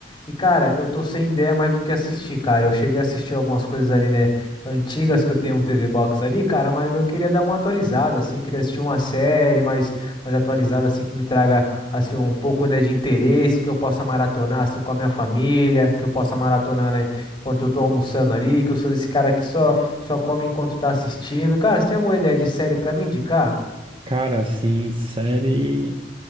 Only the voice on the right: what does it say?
Cara, assim, série